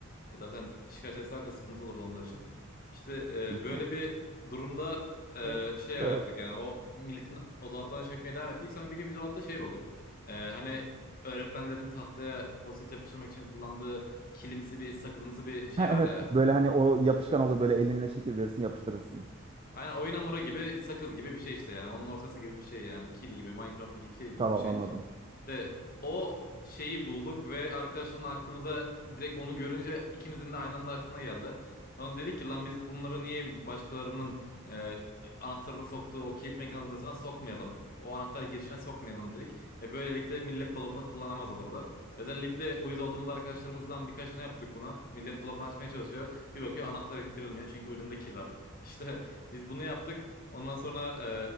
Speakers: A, on the left (about 45°); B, on the right (about 25°).
A: E, Zaten şikayet etseler de sıkıntı olurdu onlar için. İşte e,
B: Büyük ihtimal.
A: böyle bir durumda e,
B: Evet.
A: şey yaptık
B: Evet.
A: yani. O milletin o dolaplarına çökmeye devam ettik. Sonra bir gün bir dolapta şey bulduk. E, hani öğretmenlerin tahtaya post yapıştırmak için kullandığı kilimsi bir sakızımsı bir
B: <laughs>
A: şey
B: Ha
A: var
B: evet
A: ya
B: böyle hani o yapışkan olur böyle elinle şekil verirsin yapıştırırsın.
A: Aynen oyun hamuru gibi sakız gibi bir şey işte yani. Onun ortası gibi bir şey yani. Kil gibi Minecraft'taki kil gibi
B: Tamam
A: bir şey.
B: anladım.
A: İşte o şeyi bulduk ve arkadaşımla aklımıza direkt onu görünce ikimizin de aynı anda aklına geldi. Sonra dedik ki lan biz bunları niye başkalarının e, anahtarını soktuğu o kilit mekanizmasına sokmayalım. O anahtar girişine sokmayalım dedik. Ve böylelikle millet dolabını kullanamaz olurdu. Özellikle uyuz olduğumuz arkadaşlarımızdan birkaçını yaptık buna. Millet dolabını açmaya çalışıyor. Bir bakıyor anahtar ittirilmiyor çünkü ucunda kil var. İşte <laughs> biz bunu yaptık. Ondan sonra e,